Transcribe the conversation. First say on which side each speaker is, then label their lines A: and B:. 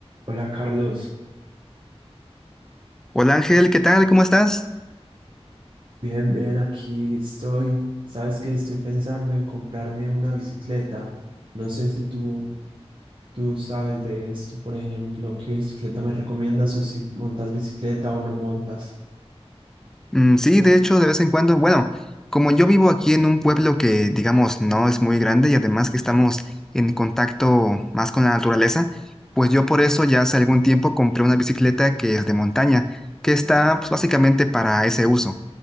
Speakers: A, on the right; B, in the centre.
A: Hola Carlos,
B: Hola Ángel, ¿qué tal? ¿Cómo estás?
A: bien, bien, aquí estoy. Sabes que estoy pensando en comprarme una bicicleta. No sé si tú, tú sabes de esto, por ejemplo, qué bicicleta me recomiendas o si montas bicicleta o no montas.
B: Mm, sí, de hecho, de vez en cuando, bueno, como yo vivo aquí en un pueblo que, digamos, no es muy grande y además que estamos en contacto más con la naturaleza, pues yo por eso ya hace algún tiempo compré una bicicleta que es de montaña, que está pues, básicamente para ese uso.